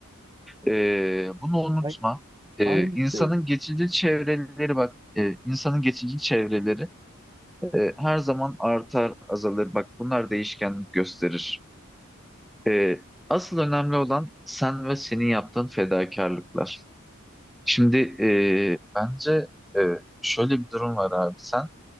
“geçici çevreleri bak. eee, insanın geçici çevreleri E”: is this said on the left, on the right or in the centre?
Centre